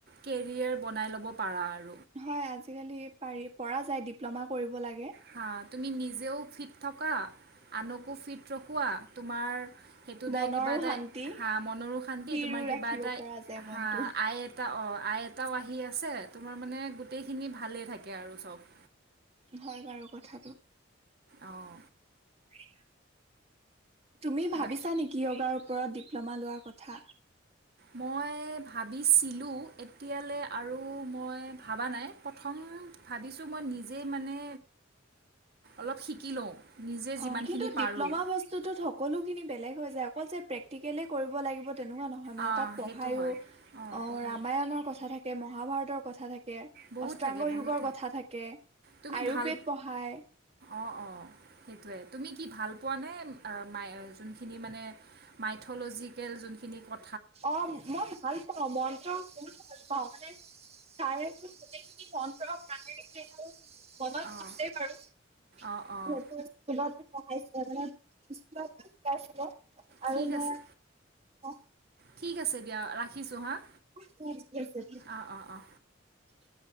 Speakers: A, on the right; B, on the right.
A: কেৰিয়াৰ বনাই ল'ব পাৰা আৰু
B: হয় আজিকালি পাৰি পৰা যায় ডিপ্ল'মা কৰিব লাগে
A: হা তুমি নিজেও ফিট থকা আনকো ফিট ৰখোৱা তোমাৰ সেইটো
B: মনৰো
A: দ্বাৰ কিবা এটা
B: শান্তি
A: হ মনৰো শান্তি
B: স্থিৰো
A: তোমাৰ কিবা
B: ৰাখিব
A: এটা
B: পৰা যায় মনটো
A: হা আই এটা অ আই এটাও আহি আছে তোমাৰ মানে গোটেইখিনি ভালে থাকে আৰু চব
B: হয় বাৰু কথাটো
A: আহ
B: কা <unintelligible> তুমি ভাবিছা
A: বা
B: নেকি যোগাৰ ওপৰত ডিপ্ল'মা লোৱাৰ কথা
A: মই ভাবিছিলোঁ এতিয়ালৈ আৰু মই ভাবা নাই প্ৰথম ভাবিছোঁ মই নিজে মানে অলপ শিকি লওঁ নিজে যিমানখিনি
B: অ কিন্তু
A: পাৰোঁ
B: ডিপ্ল'মা বস্তুতত সকলো খিনি বেলেগ য অকল যে প্ৰেক্টিকেলি কৰিব লাগিব তেনেকুৱা নহয় মানে
A: আহ,
B: তাত পঢ়ায়ো
A: সেইটো হয় অঁ
B: অ
A: পঢ়াই
B: ৰামায়ণৰ কথা থাকে মহাভাৰতৰ কথা থাকে
A: বহুত
B: অস্ত্ৰাংগয়গৰ
A: থাকে বহুত
B: কথা থাকে
A: তুমি
B: আয়ুৰ্বেদ
A: ভাল
B: পঢ়ায়
A: অঁ অঁ সেইটোৱে তুমি কি ভাল পোৱানে মাই যোনখিনি মানে মাইথলজিকেল যোনখিনি ক
B: অ মই ভাল পাওঁ মনটো বহুত অ মানে তাৰে তোৰ গোটেইখিনি মনাৰেখ নাই নেকি এইটো মনত
A: অঁ
B: আছে বাৰু যিহেতু
A: অঁ অঁ
B: স্কুলত মানে স্কুলৰ পৰা শিকাই আছিল
A: ঠিক
B: আৰু মই
A: আছে
B: অঁ
A: ঠিক আছে দিয়া ৰাখিছোঁ হা
B: থিক আছে
A: অঁ অঁ অঁ
B: <inaudible>